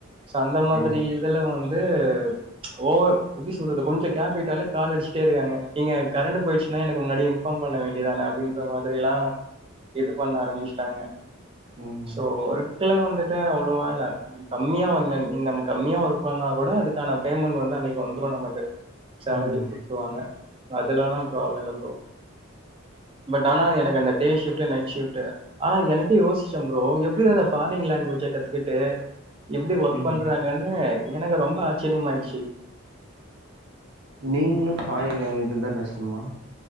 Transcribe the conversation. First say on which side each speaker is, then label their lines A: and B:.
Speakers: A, on the right (about 25°); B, on the right (about 55°).
A: சோ அந்த மாதிரி
B: ம்
A: இதுல வந்து ஓவ எப்டி சொல்றது கொஞ்சொ கேப்பிட்டாலே கால் அடிச்சுட்டே இருக்காங்க ஏங்க கரண்ட் போயிடுச்சுன்னா எனக்கு முன்னாடியே இன்ஃபார்ம் பண்ண வேண்டியதானே அப்படின்ற மாதிரி எல்லா இது பண்ண ஆரம்பிச்சிட்டாங்க
B: ம்
A: சோ ஒரு எடத்துல வந்துட்டு அது அவ்ளோவா இல்ல நீ கம்மியா வண்ணன் நீங் நம்ம கம்மியா ஒர்க் பண்ணா கூட அதுக்கான பேமெண்ட் வந் ல அன்னைக்கு வந்துரு நமக்கு சேலரி
B: ம்
A: குடுத்துருவாங்க அதுலல்லா ப்ராப்ள இல்ல ப்ரோ பட் ஆனா எனக்கு அந்த டே ஷிப்ட் நைட் ஷிப்ட் ஆனா எனக்கே யோசிச்ச ப்ரோ எப்டி எனக் ஃபாரின் லாங்குவேஜ கத்துக்கிட்டு எப்டி ஒர்க்
B: ம்
A: பண்றாங்கன்னு எனக்கு ரொம்ப ஆச்சரியமாயிருச்சு
B: நீங்களு ஃபாரின் லாங்குவேஜ்லதா பேசணுமா?